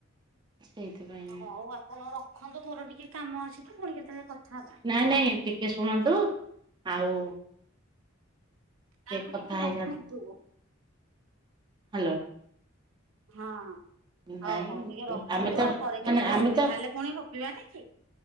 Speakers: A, on the right; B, on the right.
A: ସେଇଥିପାଇଁ
B: ଅ ହଉ ଆପଣ ରଖନ୍ତୁ ମୋର ଟିକେ କାମ ଅଛି ତ ପୁଣି କେତେବେଳେ କଥା ହବା।
A: ନାଇଁ ନାଇଁ ଟିକେ ଶୁଣନ୍ତୁ ଆଉ।
B: ନାଁମ
A: କଥା
B: ଟିକେ ରଖନ୍ତୁ।
A: ହେଇଯାଆନ୍ତୁ। ହାଲୋ।
B: ହଁ ହଁ
A: ନାଇଁ
B: ହଉ ହଉ ଟିକେ ରଖନ୍ତୁ
A: ଆମେ ତ
B: ଆଉ ପରେ
A: ନା
B: କେତେବେଳେ
A: ନା ଆମେ
B: ସୁବିଧା
A: ତ
B: ହେଲେ ପୁଣି ଗପିବାନି କି।